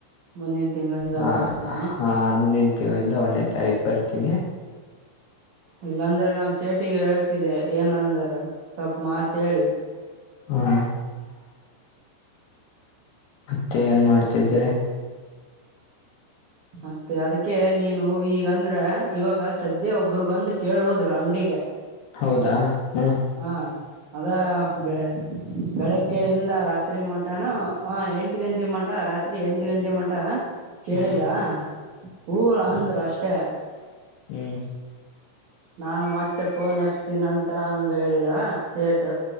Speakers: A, on the right; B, on the left.
A: ಮುಂದಿನ ತಿಂಗಳಿಂದ
B: ಹಾ
A: ಬರ್ತೆ
B: ಹಾ ಮುಂದಿನ ತಿಂಗಳಿಂದ ಒಂದ್ನೇ ತಾರೀಕು ಬರ್ತೀನಿ
A: ಇಲ್ಲಂದರೆ ನಮ್ ಸೆಟ್ ಒಟ್ಟಿಗೆ ಹೇಳ್ತಿದ್ದೆ ಏನಂದಾರ ಸ್ವಲ್ಪ ಮಾತ್ ಹೇಳಿ
B: ಹಾ ಮತ್ತೆ ಏನ್ ಮಾಡ್ತಿದ್ದರೆ
A: ಮತ್ತೆ ಅದಕ್ಕೆ ನೀನು ಈಗಂದ್ರ ಇವಾಗ ಸದ್ಯ ಒಬ್ಬರು ಬಂದು ಕೇಳೋದ್ರು ಅಂಗಡಿಗೆ
B: ಹೌದಾ ಹ್ಮ
A: ಹಾ ಅದ ಬೆ ಬೆಳಗ್ಗೆಯಿಂದ ರಾತ್ರಿ ಮಟಾನ ಆ ಎಂಟು ಗಂಟೆ ಮಾಡ್ ಟ ರಾತ್ರಿ ಎಂಟ್ ಗಂಟೆ ಮಟ
B: ಹ್ಮ್
A: ದಾ ಊರ ಅಂದ್ರು ಅಷ್ಟೇ
B: ಹ್ಮ್
A: ನಾನು ಮತ್ತೆ ಫೋನ್ ಹಚ್ಚತೀನಿ ಅಂತ ಹಂಗೆ ಹೇಳಿದ ಸರಿ ಟ್